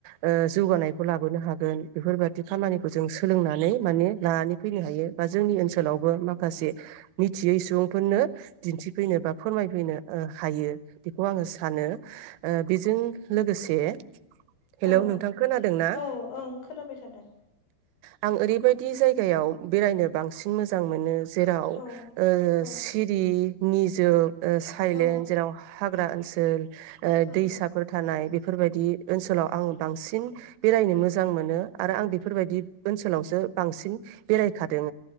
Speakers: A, on the right; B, on the left.
A: ओ जौगानायखौ लाबोनो हागोन बेफोरबादि खामानिखौ जों सोलोंनानै माने लानानै फैनो हायो बा जोंनि ओनसोलावबो माखासे मिथियै सुबुंफोरनो दिन्थिफैनो बा फोरमायफैनो ओ हायो बेखौ आङो सानो ओ बेजों। लोगोसे हेलौ
B: औ
A: नोंथां खोनादों ना
B: औ ओं खोनाबाय थादों।
A: आं ओरैबायदि जायगायाव बेरायनो बांसिन मोजां मोनो। जेराव
B: औ
A: ओ
B: औ
A: सिरि निजोम ओ साइलेन
B: औ
A: जेराव हा हाग्रा ओनसोल ओ
B: औ
A: दैसाफोर थानाय बेफोरबायदि ओनसोलाव आं बांसिन बेरायनो मोजां मोनो आरो आं बेफोरबायदि ओनसोलावसो बांसिन बेरायखादों।